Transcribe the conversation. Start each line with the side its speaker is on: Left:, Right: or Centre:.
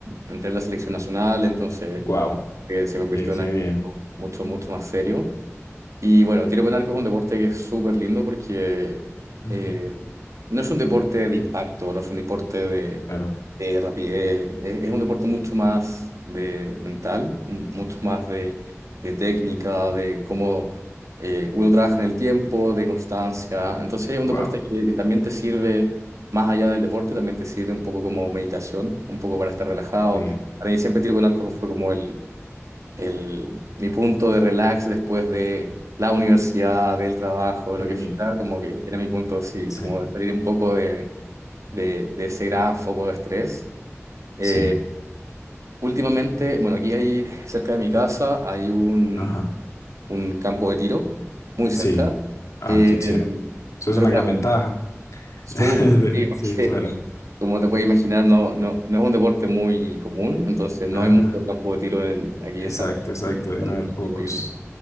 Right: entré en la selección nacional, entonces
Left: Wow.
Right: eh, se convirtió
Left: Qué, qué
Right: en algo
Left: bien.
Right: mucho, mucho, mucho más serio. Y bueno, tiro con arco es un deporte que es súper lindo porque
Left: Ujú,
Right: eh, no es un deporte de impacto, no es un deporte de,
Left: Claro.
Right: de rapidez, es, es un deporte mucho más de mental, m- mucho más de, de técnica, de cómo eh, uno trabaja en el tiempo, de constancia. Entonces es un
Left: Wow.
Right: deporte que, que también te sirve, más allá del deporte, también te sirve un poco como meditación, un poco para estar relajado.
Left: Qué bien.
Right: Para mí siempre tiro con arco fue como el, el, mi punto de relax después de la universidad, del trabajo,
Left: Qué
Right: lo
Left: bonito.
Right: que fuera, como que era mi punto, sí,
Left: Sí,
Right: como de salir un poco de, de, de ese gran foco de estrés. Eh,
Left: sí,
Right: últimamente, bueno, aquí hay, cerca de mi casa, hay un,
Left: ajá,
Right: un campo de tiro, muy cerca.
Left: sí. Ah,
Right: Eh,
Left: qué chévere. Eso es
Right: pero
Left: una
Right: claro,
Left: gran ventaja.
Right: súper,
Left: <laughs> De-
Right: sí, porque
Left: Sí, claro.
Right: <laughs> como te puedes imaginar, no, no, no es un deporte muy común, entonces no
Left: Ajá,
Right: hay mucho campo de tiro en, aquí
Left: exacto,
Right: en Santiago,
Left: exacto. Deben
Right: donde
Left: haber
Right: donde
Left: pocos.
Right: vivo yo.